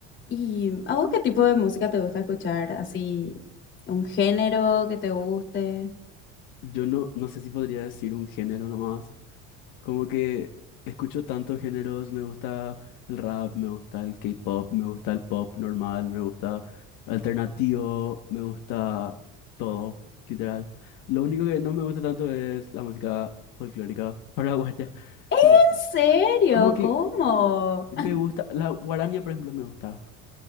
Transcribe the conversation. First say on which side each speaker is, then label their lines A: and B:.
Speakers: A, on the left; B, on the left.
A: ¿Y a vos qué tipo de música te gusta escuchar? ¿Así un género que te guste?
B: Yo no, no sé si podría decir un género nomás. Como que escucho tantos géneros, me gusta el rap, me gusta el K-pop, me gusta el pop normal, me gusta alternativo, me gusta todo, literal. Lo único que no me gusta tanto es la música folclórica paraguaya. <laughs>
A: ¿En
B: Tipo,
A: serio?
B: como que
A: ¿Cómo?
B: me gusta, la guarania, por ejemplo, me gusta.